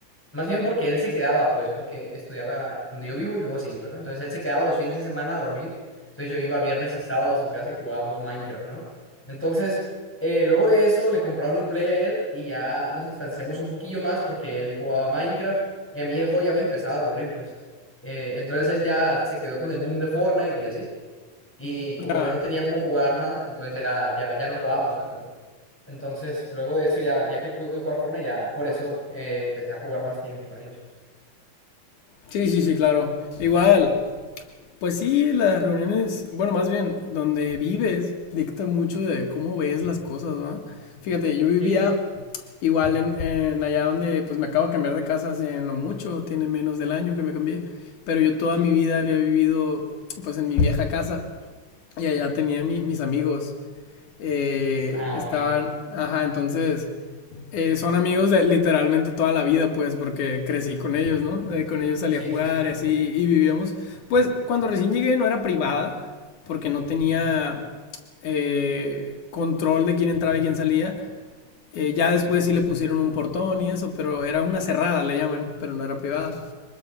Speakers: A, in the centre; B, on the left.
A: Más bien porque él se quedaba, pues, porque estudiaba donde yo vivo y luego se iba, ¿no? Entonces él se quedaba los fines de semana a dormir. Entonces yo iba viernes y sábado a su casa y jugábamos Minecraft, ¿no? Entonces, eh, luego de eso le compraron un Play a él y ya nos distanciamos un poquillo más porque él jugaba Minecraft y a mí el juego ya me empezaba a aburrir, pues. Eh, entonces él ya se quedó con el boom de Fortnite y así. Y como
B: Ya.
A: yo no tenía cómo jugar nada, entonces ya, ya, ya no jugábamos tanto, ¿no? Entonces, luego de eso, ya, ya que pude jugar Fortnite, ya por eso eh, empecé a jugar más tiempo con ellos.
B: Sí, sí, sí, claro. Igual, Pues sí, las reuniones, bueno, más bien, donde vives dicta mucho de cómo ves las cosas, ¿va? Fíjate, yo vivía
A: Sí, sí, sí,
B: igual en, en allá donde pues me acabo de cambiar de casa hace no mucho, tiene menos del año que me cambié, pero yo toda
A: sí,
B: mi vida había vivido pues en mi vieja casa y allá
A: sí.
B: tenía mi- mis amigos, eh,
A: Ah,
B: estaban,
A: ok.
B: ajá, entonces eh, son amigos de literalmente toda la vida, pues, porque crecí con ellos, ¿no? Eh, con ellos salí
A: Sí,
B: a jugar
A: sí, sí,
B: y así, y vivíamos. Pues, cuando recién llegué no era privada, porque no tenía
A: sí.
B: eh, control de quién entraba y quién salía. Eh, ya después sí le pusieron un portón y eso, pero era una cerrada, le llaman, pero no era privada.